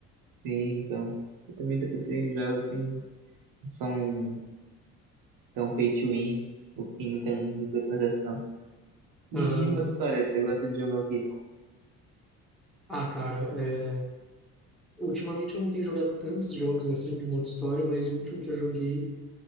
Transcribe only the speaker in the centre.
Aham.
Ah, cara, é... ultimamente eu não tenho jogado tantos jogos, assim, de modo história, mas o último que eu joguei